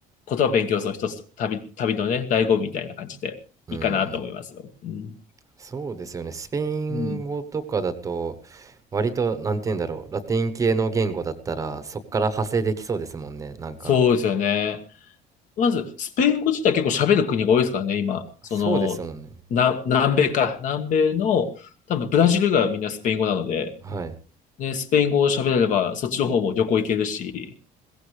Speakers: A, on the left (about 50°); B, on the right (about 20°).
A: 言葉勉強するの一つ、旅、旅のね、醍醐味みたいな感じでいいかなと思いますよ。
B: うん。
A: うん。
B: そうですよね。スペイン語とかだと、
A: うん。
B: 割と、なんて言うんだろう。ラテン系の言語だったら、そっから派生できそうですもんね。なんか、
A: そうですよね。まず、スペイン語自体結構喋る国が多いですからね、今。その、
B: そうですもんね。
A: な、南米か。南米の、多分ブラジル以外はみんなスペイン語なので、
B: はい。
A: ね、スペイン語を喋れれば、そっちの方も旅行行けるし、